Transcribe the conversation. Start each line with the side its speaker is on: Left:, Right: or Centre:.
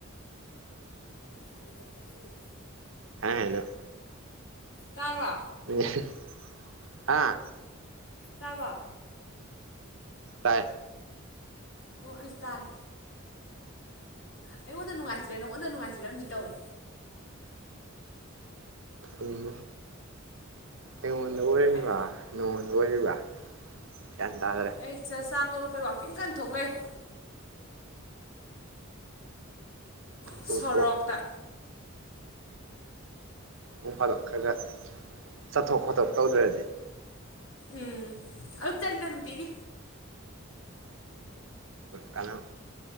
Left: ꯍꯪꯒꯣꯏꯕꯔ ꯅꯪꯕꯣ
Right: ꯍꯥꯢ ꯍꯥꯢꯅ
Left: ꯇꯥꯔꯕ
Right: <unintelligible> ꯍꯥ
Left: ꯇꯥꯔꯕ
Right: ꯇꯥꯏ
Left: ꯑꯣ ꯑꯩꯁꯨ ꯇꯥꯔꯦ ꯑꯩꯉꯣꯟꯗ ꯅꯨꯡꯉꯥꯏꯇ꯭ꯔꯤꯔ ꯅꯉꯣꯟꯗ ꯅꯨꯡꯉꯥꯏꯇ꯭ꯔꯤꯔ ꯑꯝꯗꯤ ꯇꯧꯔꯦ
Right: ꯎꯝ ꯑꯩꯉꯣꯟꯗ ꯑꯣꯏꯔꯤꯕ
Left: ꯑꯩ
Right: ꯅꯉꯣꯟꯗ ꯑꯣꯏꯔꯤꯕ ꯒ꯭ꯌꯥꯟ ꯇꯥꯗ꯭ꯔꯦ
Left: ꯑꯩ ꯆꯥꯆꯥꯥ ꯇꯣꯂꯛꯄꯩ ꯋꯥꯛꯀꯤꯡ ꯀꯟ ꯊꯣꯛꯂꯛꯏ ꯁꯣꯔꯣꯛꯇ
Right: ꯊꯣꯛꯑꯣ ꯅꯣꯡ ꯐꯥꯗꯣꯛ ꯈꯔꯒ ꯆꯠꯊꯣꯛ ꯈꯣꯠꯇꯣꯛ ꯇꯧꯗ꯭ꯔꯗꯤ
Left: ꯎꯝ ꯑꯗꯨꯝ ꯆꯠꯂꯤꯗ ꯅꯨꯡꯇꯤꯒꯤ
Right: ꯀꯥꯅꯝ